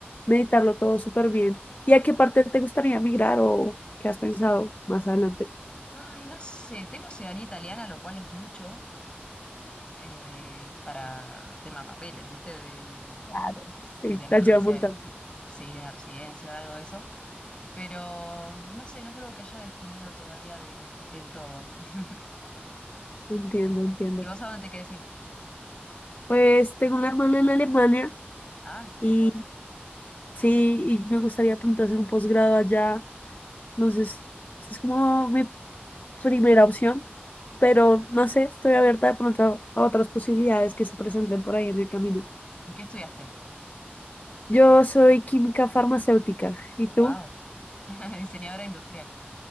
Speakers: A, on the left (about 45°); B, on the left (about 25°).
A: meditarlo todo súper bien. ¿Y a qué parte te gustaría migrar o qué has pensado más adelante?
B: Ay, no sé, tengo ciudadanía italiana, lo cual es mucho. eh, para tema papeles, ¿viste? De, de,
A: Claro. Sí,
B: de tener,
A: te ayuda
B: no sé,
A: un montón.
B: sí, una residencia o algo de eso. Pero no sé, no es algo que haya definido todavía de- del todo. <laughs>
A: Entiendo, entiendo.
B: ¿Y vos a dónde te querés ir?
A: Pues tengo una hermana en Alemania
B: Ah, mira
A: y
B: qué bueno.
A: sí, y me gustaría pronto hacer un posgrado allá. Entonces, esa es como mi primera opción, pero no sé, estoy abierta de pronto a otras posibilidades que se presenten por ahí en el camino.
B: ¿Qué estudiaste?
A: Yo soy química farmacéutica, ¿y tú?
B: Wow, <laughs> diseñadora industrial.